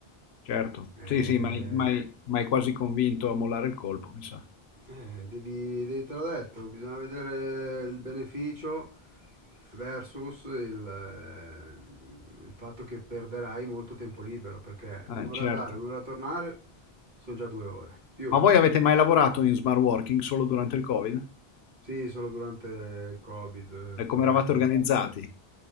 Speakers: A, on the left; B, on the right.
A: certo.
B: Eh,
A: Sì, sì, ma hai quasi convinto a mollare il colpo, mi sa.
B: eh, devi, devi- te l'ho detto, bisogna vedere il beneficio versus il, eh, il fatto che perderai molto tempo libero, perché
A: Eh,
B: un'ora
A: certo.
B: andare, un'ora tornare sono già due ore, più
A: Ma voi avete mai lavorato in smart working solo durante il Covid?
B: Sì, solo durante il Covid, eh,
A: E
B: però...
A: come eravate
B: per-
A: organizzati?